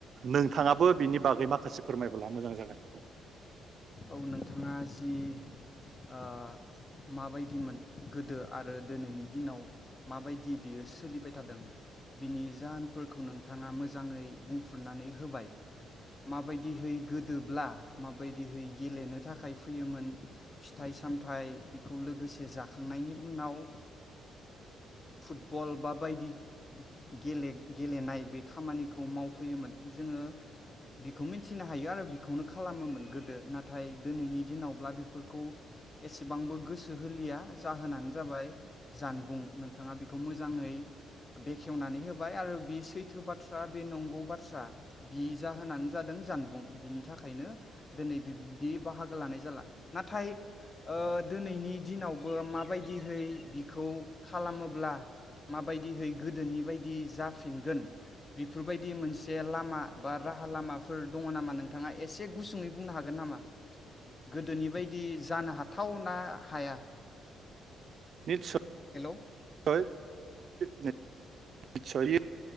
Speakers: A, on the right; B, on the left.
A: नोंथाङाबो बिनि बागै माखासे फोरमायबोला मोजां जागोन
B: औ नोंथाङा जि ओ माबायदिमोन गोदो आरो दोनैनि दिनाव माबायदि बियो सोलिबाय थादों बिनि जाहोनफोरखौ नोंथाङा मोजाङै बुंफुरनानै होबाय माबायदिहै गोदोब्ला माबायदिहै गेलेनो थाखाय फैयोमोन फिथाइ सामथाइ बेखौ लोगोसे जाखांनायनि उनाव फुटबल बा बायदि गेले गेलेनाय बे खामानिखौ मावफैयोमोन जोङो बेखौ मिथिनो हायो आरो बेखौनो खालामोमोन गोदो नाथाय दोनैनि दिनावब्ला बेफोरखौ एसेबांबो गोसो होलिया जाहोनानो जाबाय जानबुं नों थाङा बिखौ मोजाङै बेखेवनानै होबाय आरो बि सैथो बाथ्रा बे नंगौ बाथ्रा बि जाहोनानो जादों जानबुं बिनि थाखायनो दोनै बिबदि बाहागो लानाय जाला नाथाय ओ दोनैनि दिनावबो माबायदिहै बिखौ खालामोब्ला माबायदिहै गोदोनि बायदि जाफिनगोन बेफोरबायदि मोनसे लामा बा राहा लामाफोर दङ नामा नोंथाङा एसे गुसुङै बुंनो हागोन नामा गोदोनि बायदि जानो हाथाव ना हाया
A: निसय
B: हेलौ
A: <inaudible> निचर